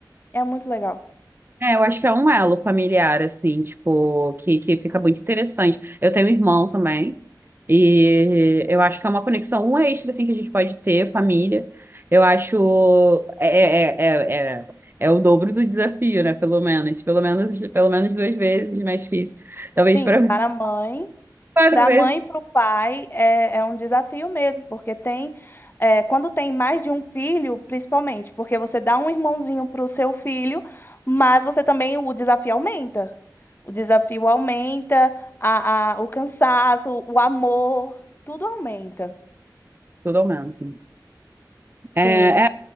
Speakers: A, on the left; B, on the right.
A: é muito legal.
B: É, eu acho que é um elo familiar, assim, tipo, que, que fica muito interessante. Eu tenho um irmão também, e eu acho que é uma conexão um extra, assim, que a gente pode ter, família. Eu acho. É, é, é, é, é é o dobro do desafio, né? Pelo menos. Pelo menos, pelo menos duas vezes mais difícil. Talvez
A: Sim,
B: para
A: para
B: <laughs>
A: a mãe.
B: quatro
A: Para
B: vezes.
A: a mãe e para o pai é, é um desafio mesmo, porque tem, é, quando tem mais de um filho, principalmente, porque você dá um irmãozinho para o seu filho, mas você também, o desafio aumenta. O desafio aumenta, a, a- o cansaço, o amor, tudo aumenta.
B: Tudo aumenta. É,
A: Sim,